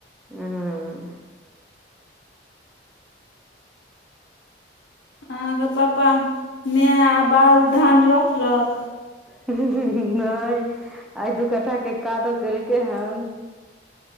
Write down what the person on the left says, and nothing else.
अहाँके पप्पा मै आ बउ धान रोपलक?